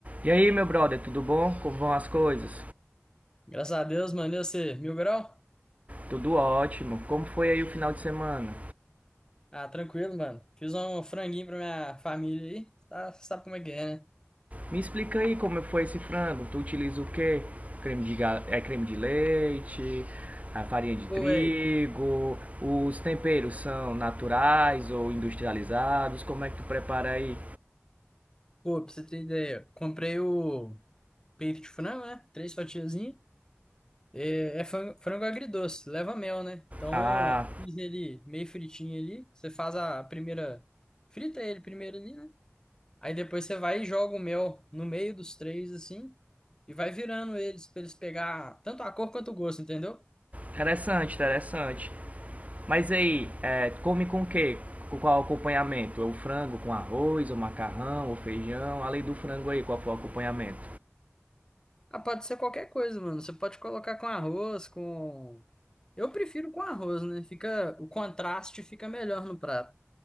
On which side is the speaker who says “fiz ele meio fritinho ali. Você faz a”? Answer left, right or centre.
Left